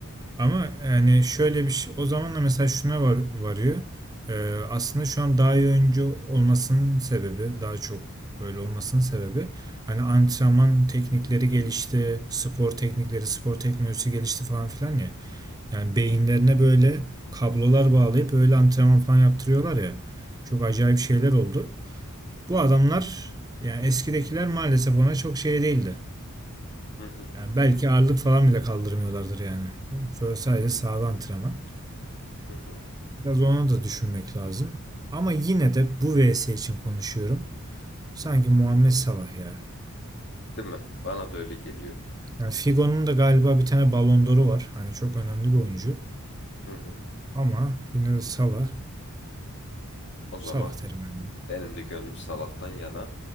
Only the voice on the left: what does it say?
Hı hı,
hı hı.
Değil mi? Bana da öyle geliyor.
Hı hı.
O zaman
benim de gönlüm Salah'tan yana.